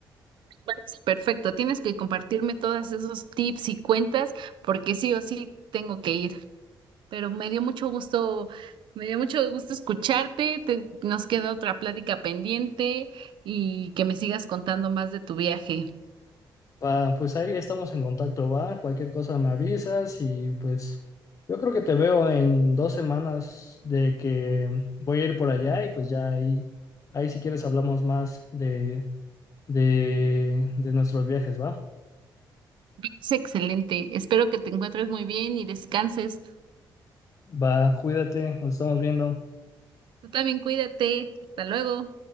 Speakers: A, on the right; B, on the left.
A: Parece Perfecto, tienes que compartirme todos esos tips y cuentas porque sí o sí tengo que ir. pero me dio mucho gusto, me dio mucho gusto escucharte, te- nos queda otra plática pendiente y que me sigas contando más de tu viaje.
B: Pa, pues ahí estamos en contacto, va. Cualquier cosa me avisas y pues yo creo que te veo en dos semanas de que voy a ir por allá y pues ya ahí, ahí si quieres hablamos más de, de, de nuestros viajes, va.
A: Es excelente, espero que te encuentres muy bien y descanses.
B: Va, cuídate, nos estamos viendo.
A: Tú también cuídate, hasta luego.